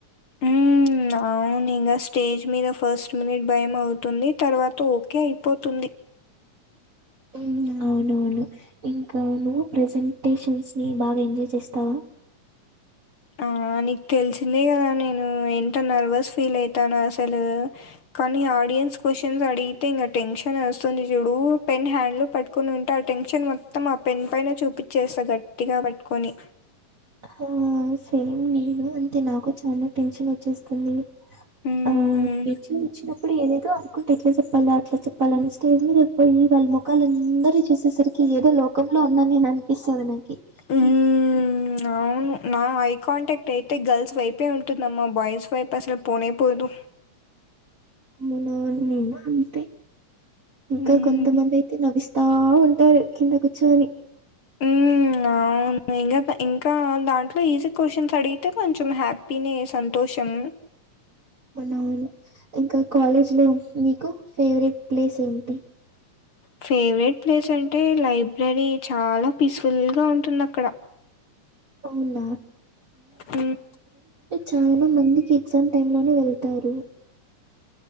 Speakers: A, on the left; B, on the right.
A: మ్మ్ అవును ఇంకా స్టేజ్ మీద ఫస్ట్ మినిట్ భయం అవుతుంది తర్వాత ఓకే అయిపోతు
B: <inaudible> ఉ అవునవును ఇంకా నువ్వు ప్రెసెంటేషన్స్ ని బాగ ఎంజాయ్ చేస్తావ <inaudible>
A: ఆ నీకు తెలిసిందే కదా నేను ఎంత నర్వస్ ఫీల్ అవుతాను అసలు కానీ ఆడియన్స్ క్వశ్చన్స్ అడిగితే ఇంగ టెన్షన్ వస్తుంది చూడు పెన్ హ్యాండ్ లో పట్టుకుని ఉంటే ఆ టెన్షన్ మొ మొత్తం ఆ పెన్ పైన చూపిచ్చేస్త గట్టిగా పట్టుకొని
B: ఆ సేమ్ నేను అంతే నాకు చాన టెన్షన్ వచ్చేస్తుంది
A: మ్మ్.
B: <unintelligible> ఏదేదో అంటే ఎట్ల చెప్పాల అట్లా చెప్పాలని స్టేజ్ మీద కి పోయి వాళ్ళ ముఖాలు అందరు చూసేసరికి ఏదో లోకంలో ఉన్నాని నేను అనిపిస్తది నాకి
A: మ్మ్.
B: <inaudible>
A: అవును నా ఐ కాంటాక్ట్ అయితే గర్ల్స్ వైపే ఉంటుందమ్మా బాయ్స్ వైపు అసలు పోనే పోదు
B: <inaudible> అవున నేమ అంతే ఇంకా
A: మ్మ్.
B: కొంతమంది అయితే నవ్విస్తా ఉంటారు కింద కూర్చొని
A: మ్మ్. అవును ఇంకా ఇంకా దాంట్లో ఈజీ క్వశ్చన్స్ అడిగితే కొంచెం హ్యాపీనేె సంతో షం
B: అవునవును ఇంకా కాలేజ్ లో మీకు ఫేవరెట్ ప్లేస్ ఏంటీ
A: ఫేవరెట్ ప్లేస్ అంటే లైబ్రరీ చాల పీస్ఫుల్గా ఉంటుంది అక్కడ
B: అవున
A: హ్మ్.
B: చాన మంది ఎగ్జామ్ టైమ్ లోనే వెళ్తారు